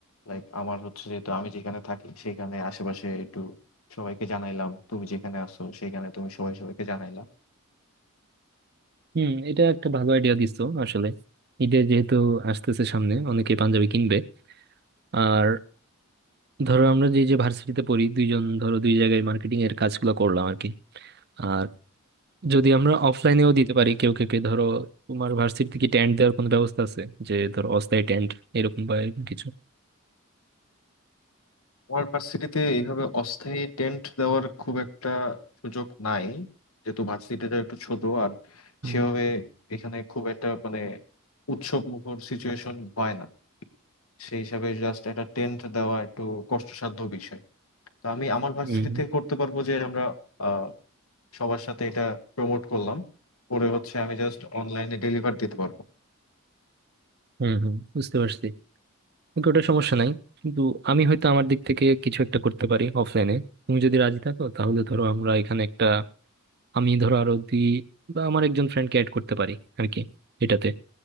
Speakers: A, on the left; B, on the right.
A: লাইক আমার হচ্ছে যেহেতু আমি যেখানে থাকি সেখানে আশেপাশে একটু সবাইকে জানাইলাম তুমি যেখানে আছো সেখানে তুমি সবাই সবাইকে জানাইলা
B: হুম এটা একটা ভালো আইডিয়া দিছো আসলে ঈদে যেহেতু আসতেছে সামনে অনেকে পাঞ্জাবি কিনবে আর ধরো আমরা যে যে ভার্সিটিতে পড়ি দুইজন ধরো দুই জায়গায় মার্কেটিং এর কাজগুলো করলাম আর কি আর যদি আমরা অফলাইনেও দিতে পারি কেউ কেউকে ধরো তোমার ভার্সিটি থেকে টেন্ট দেওয়ার কোনো ব্যবস্থা আছে যে ধরো অস্থায়ী টেন্ট এরকম বা এরকম কিছু
A: আমার ভার্সিটিতে এইভাবে অস্থায়ী টেন্ট দেওয়ার খুব একটা সুযোগ নাই যেহেতু ভার্সিটিটা একটু ছোট আর
B: হুম
A: সেভাবে এখানে খুব একটা মানে উৎসব মুখর সিচুয়েশন হয় না সেই হিসাবে জাস্ট একটা টেন্ট দেওয়া একটু কষ্টসাধ্য বিষয় তো আমি আমার ভার্সিটিতে
B: হুম
A: করতে পারবো যে আমরা আহ, সবার সাথে এটা প্রমোট করলাম পরে হচ্ছে আমি জাস্ট অনলাইনে ডেলিভার দিতে পারবো
B: হুম হুম বুঝতে পারছি ওকে ওটা সমস্যা নাই কিন্তু আমি হয়তো আমার দিক থেকে কিছু একটা করতে পারি অফলাইনে তুমি যদি রাজি থাকো তাহলে ধরো আমরা এখানে একটা আমি ধরো আরো দুই বা আমার একজন ফ্রেন্ডকে অ্যাড করতে পারি আর কি এটাতে